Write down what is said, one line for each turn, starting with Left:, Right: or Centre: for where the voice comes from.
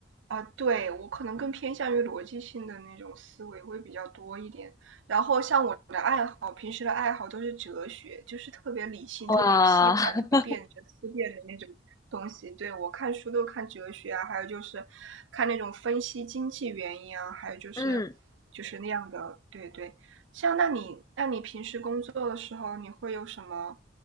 Right: 啊，对我可能更偏向于逻辑性的那种思维会比较多一点，然后像我的爱好，平时的爱好都是哲学，就是特别理性、
Left: 哇，
Right: 特别批判、
Left: <laughs>
Right: 特别辩证、思辨的那种东西。对，我看书都看哲学啊，还有就是看那种分析经济原因啊，还有就是
Left: 嗯。
Right: 就是那样的。对对，像那你那你平时工作的时候，你会有什么？